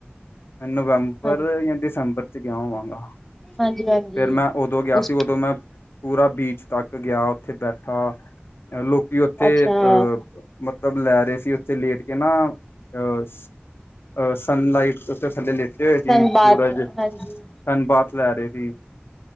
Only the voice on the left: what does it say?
ਨਵੰਬਰ
ਜਾਂ ਦਸੰਬਰ ਚ ਗਿਆ ਹੋਵਾਂਗਾ।
ਫੇਰ ਮੈਂ ਉਦੋਂ ਗਿਆ
ਸੀ ਉਦੋਂ ਮੈਂ ਪੂਰਾ ਬੀਚ ਤੱਕ ਗਿਆ ਉੱਥੇ ਬੈਠਾ, ਲੋਕੀ ਉੱਥੇ
ਅਹ ਮਤਲਬ ਲੈ ਰਹੇ ਸੀ ਉੱਥੇ ਲੇਟ ਕੇ ਨਾ ਅਹ ਸਨ ਲਈਟ ਤੋਂ ਥੱਲੇ ਲੇਟੇ ਹੋਏ ਸੀ,
ਸੂਰਜ
ਧਨ ਪਾਥ ਲੈ ਰੇ ਸੀ।